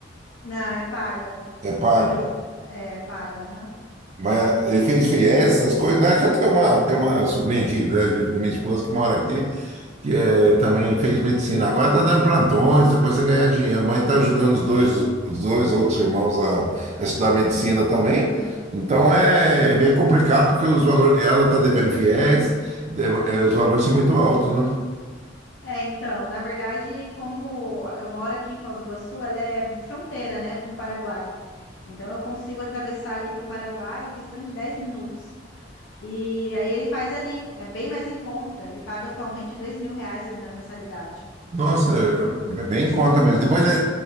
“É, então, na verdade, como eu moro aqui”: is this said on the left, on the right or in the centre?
Left